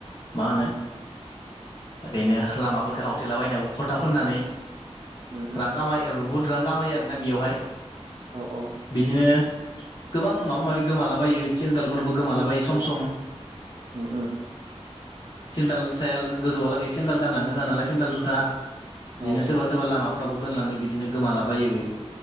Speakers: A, on the left (about 40°); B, on the right (about 50°).
A: मा होनो ओरैनो लामाफोरफोरखौ हावटेला बायनो फरथा फोननानै
B: उम उम
A: रां खामाय बुहुद रां गामायो आरोना बेयावहाय
B: औ औ
A: बिदिनो गोबां माबा माबि गोमालाबायो सेन्देलफोरबो गोमालाबायो सम सम
B: उम उम
A: सेन्देल साया गोजौआ लागै सेन्देल गानलांनो होआ नालाय सेन्देल जुथा बिदिनो
B: औ
A: सोरबा सोरबा लामा फोसावनो दोनलाङो बि बिदिनो गोमालाबायोबो